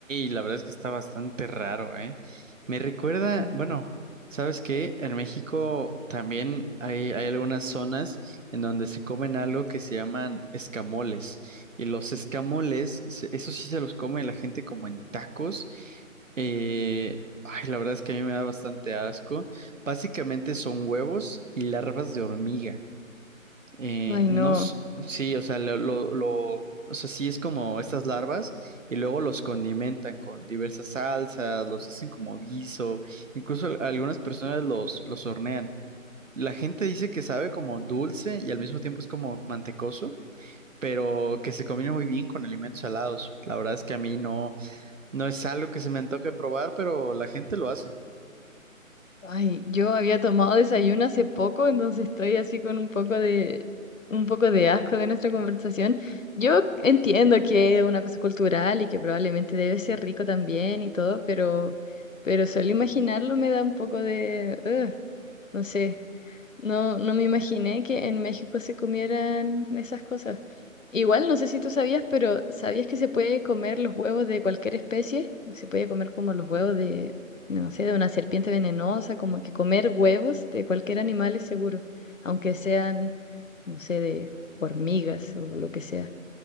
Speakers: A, on the right; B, on the left.
A: la verdad es que está bastante raro, ¿eh? Me recuerda,
B: Ujú.
A: bueno, ¿sabes qué? En México también hay, hay algunas zonas en donde se comen algo que se llaman escamoles. Y los escamoles, se- eso sí se los come la gente como en tacos. Eh, ay, la verdad es que a mí me da bastante asco. Básicamente son huevos y larvas de hormiga. Eh,
B: Ay,
A: no,
B: no.
A: s- sí, o sea, lo, lo, lo- o sea, sí es como estas larvas y luego los condimentan con diversas salsas, los hacen como guiso, incluso al- algunas personas los, los hornean. La gente dice que sabe como dulce y al mismo tiempo es como mantecoso, pero que se combina muy bien con alimentos salados. La verdad es que a mí no, no es algo que se me antoje probar, pero la gente lo hace.
B: Ay, yo había tomado desayuno hace poco, entonces estoy así con un poco de un poco de asco de nuestra conversación. Yo entiendo que es una cosa cultural y que probablemente debe ser rico también y todo, pero pero solo imaginarlo me da un poco de ugh. No sé, no, no me imaginé que en México se comieran esas cosas. Igual, no sé si tú sabías, pero ¿sabías que se puede comer los huevos de cualquier especie? Se puede comer como los huevos de, no sé, de una serpiente venenosa, como que comer huevos de cualquier animal es seguro, aunque sean, no sé, de hormigas o lo que sea.